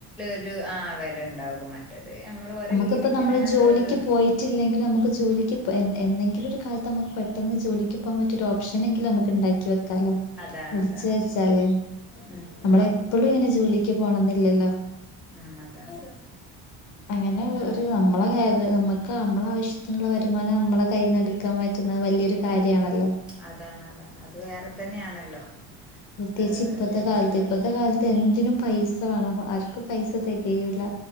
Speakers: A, in the centre; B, on the left.
A: ഒരു ആ വെല ണ്ടാവും മറ്റത് നമ്മൾ ഓരോ
B: നമുക്ക്
A: കീഴിൽ
B: അപ്പോം
A: ഇങ്ങനെ
B: നമ്മള് ജോലിക്ക്
A: ഒരു
B: പോയിട്ടില്ലെങ്കി നമുക്ക് ജോലിക്ക് എന്നെങ്കിലും ഒരു കാലത്ത് നമുക്ക് പെട്ടെന്ന് ജോലിക്ക് പോകാൻ പറ്റിയൊരു ഓപ്ഷനെങ്കിലും നമുക്ക് ഇണ്ടാക്കി വ ലോ
A: അതാണ്
B: പഠിച്ച
A: അതാണ്
B: വച്ചാലേ
A: ഉം
B: നമ്മള
A: ഉം
B: എപ്പോഴും ഇങ്ങനെ ജോലിക്ക് പോണംന്നില്ലല്ലോ.
A: ഉം അതാണ്
B: അങ്ങനെ
A: അതാണ്
B: ഒരു നമ്മളെ ക നമുക്ക് നമ്മളെ ആവശ്യത്തിനുള്ള വരുമാനം നമ്മള കൈ കയ്ന്നെടുക്കാ പറ്റുന്നത് വലിയൊരു കാര്യണല്ലോ.
A: അതാണ് അതാണ് അത് വേറെ തന്നെയാണല്ലോ.
B: പ്രത്യേകിച്ച്
A: ഏഹ്
B: ഇപ്പത്തെ
A: ഞമ്മള്
B: കാലത്ത് ഇപ്പത്തെ കാലത്ത് എന്തിനും പൈസ വേണോ ആ ക്ക് പൈസ തെകയൂല്ല.